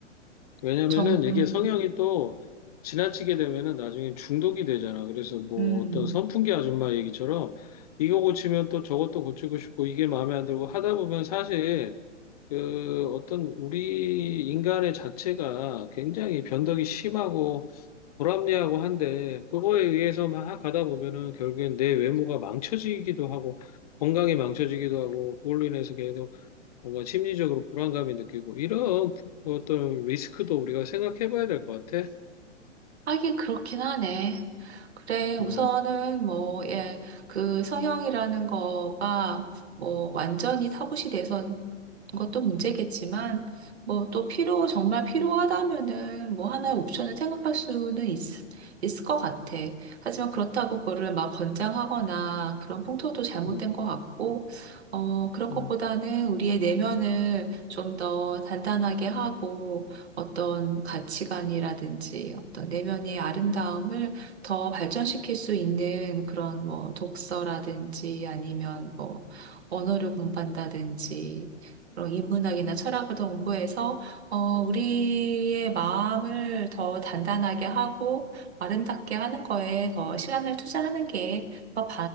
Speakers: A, on the left; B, on the right.
A: 왜냐면은
B: 정,
A: 이게
B: 음,
A: 성향이 또 지나치게 되면은 나중에 중독이 되잖아. 그래서 뭐
B: 음.
A: 어떤 선풍기 아줌마 얘기처럼 이거 고치면 또 저것도 고치고 싶고 이게 마음에 안 들고 하다 보면 사실 그 어떤 우리 인간의 자체가 굉장히 변덕이 심하고 불합리하고 한데 그거에 의해서 막 가다 보면은 결국엔 내 외모가 망쳐지기도 하고 건강이 망쳐지기도 하고 그걸로 인해서 계속 뭔가 심리적으로 불안감이 느끼고 이런 부- 어떤 리스크도 우리가 생각해 봐야 될 것 같아.
B: 하긴 그렇긴 하네. 그래, 우선은
A: 음,
B: 뭐, 예, 그 성형이라는 거가 뭐 완전히 타부시 돼서 것도 문제겠지만, 뭐 또 필요, 정말 필요하다면은 뭐 하나의 옵션을 생각할 수는 있, 있을 것 같아. 하지만 그렇다고 그거를 막 권장하거나 그런 풍토도 잘못된
A: 음,
B: 것 같고, 어, 그런 것보다는
A: 음.
B: 우리의 내면을 좀 더 단단하게 하고 어떤 가치관이라든지 어떤 내면의 아름다움을 더 발전시킬 수 있는 그런 뭐 독서라든지 아니면 뭐 언어를 공부한다든지 그런 인문학이나 철학을 더 공부해서 어, 우리의 마음을 더 단단하게 하고 아름답게 하는 거에 더 시간을 투자하는 게 더